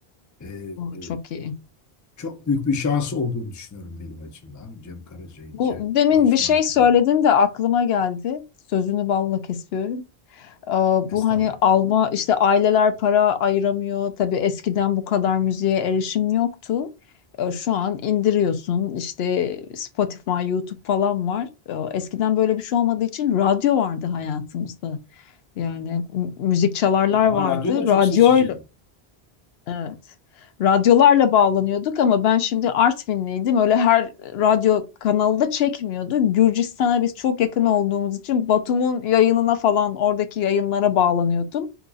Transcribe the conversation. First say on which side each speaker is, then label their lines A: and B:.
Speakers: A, on the left; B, on the left.
A: e,
B: Bu
A: e,
B: çok iyi.
A: çok büyük bir şans olduğunu düşünüyorum benim açımdan. Cem Karaca'yı,
B: Bu
A: Ce-
B: demin
A: Barış
B: bir şey
A: Manço'yu
B: söyledin de aklıma geldi. Sözünü balla kesiyorum. Ee,
A: estağfurullah.
B: bu hani alma işte aileler para ayıramıyor. Tabii eskiden bu kadar müziğe erişim yoktu. Ee, şu an indiriyorsun işte Spotify, YouTube falan var. Ee, eskiden böyle bir şey olmadığı için radyo vardı hayatımızda. Yani m- müzik çalarlar
A: Ama
B: vardı.
A: radyoda çok
B: Radyo
A: seçiciyim.
B: Evet. Radyolarla bağlanıyorduk ama ben şimdi Artvinliydim. Öyle her radyo kanalı da çekmiyordu. Gürcistan'a biz çok yakın olduğumuz için Batum'un yayınına falan oradaki yayınlara bağlanıyordum.